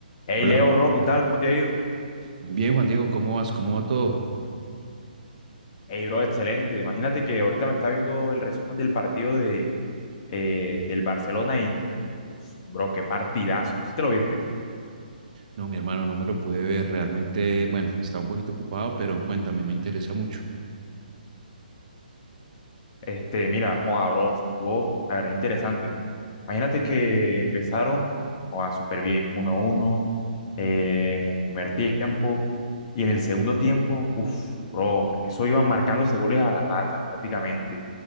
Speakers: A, on the left; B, on the right.
A: Hey
B: Hola,
A: Leo, bro, ¿qué tal? ¿Cómo te ha ido?
B: bien Juan Diego, ¿cómo vas? ¿Cómo va todo?
A: Hey, bro, excelente. Imagínate que ahorita me está viendo el resumen del partido de, eh, del Barcelona e Inter. Uf, bro, qué partidazo. ¿Sí te lo viste?
B: No, mi hermano, no me lo pude ver, realmente, bueno, estaba un poquito ocupado, pero cuéntame, me interesa mucho.
A: Este, mira, joda, bro, estuvo, la verdad, interesante. Imagínate que empezaron, joda, súper bien, 1 uno eh, en el primer tiempo y en el segundo tiempo, uff, bro, eso iban marcándose goles a la lata prácticamente.